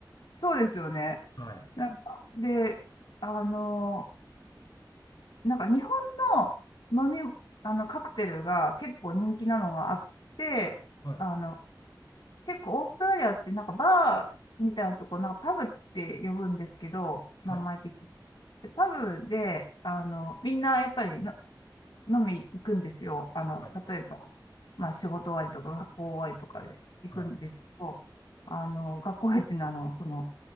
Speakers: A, on the left (about 80°); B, on the left (about 60°).
A: そうですよね。
B: はい。
A: なんか、で、あの、なんか日本の飲み、あの、カクテルが結構人気なのがあって、
B: はい。
A: あの、結構オーストラリアってなんかバーみたいなとこ、なんかパブって呼ぶんですけど、
B: はい。
A: 名前的に。でパブで、あの、みんなやっぱりの飲み行くんですよ。あの、
B: はい。
A: 例えば、まあ仕事終わりとか学校終わりとかで行くんですけど、
B: はい。
A: あの、学校終わりっていうのは、あの、その、